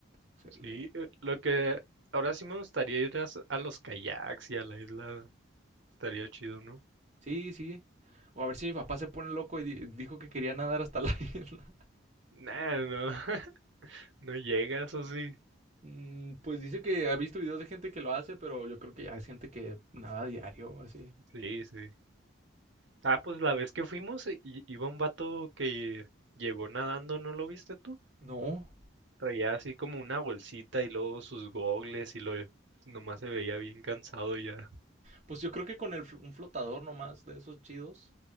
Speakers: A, on the right; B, on the right.
A: Excelente.
B: Sí, eh, lo que
A: Y-
B: ahora sí me gustaría ir a, s- a los kayaks y a la isla. Estaría chido, ¿no?
A: Sí, sí. O a ver si mi papá se pone loco y di- dijo que quería nadar hasta la <laughs> isla.
B: Nah, no, <laughs> no llega, eso sí.
A: Mm, Pues dice que ha visto videos de gente que lo hace, pero yo creo que ya es gente que nada diario o así.
B: Sí, sí. Ah, pues la vez que fuimos, i- i- iba un vato que llegó nadando, ¿no lo viste tú?
A: No.
B: Traía así como una bolsita y luego sus gogles y lo nomás se veía bien cansado ya.
A: Pues yo creo que con el fl- un flotador nomás de esos chidos,